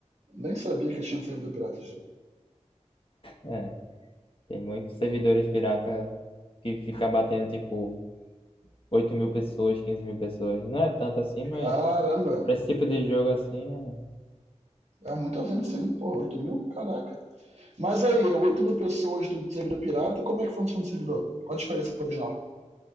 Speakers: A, on the right (about 60°); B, on the left (about 45°).
A: Nem sabia que tinha servidor pirata.
B: É, tem muitos servidores pirata que fica batendo, tipo, oito mil pessoas, quinze mil pessoas. Não é tanto assim, mas
A: Caramba,
B: pra esse tipo de jogo, assim, é.
A: é muita venda sim. Pô, 8 mil? Caraca. Mas aí, é 8 mil pessoas no servidor pirata, como é que funciona o servidor? Qual a diferença pro original?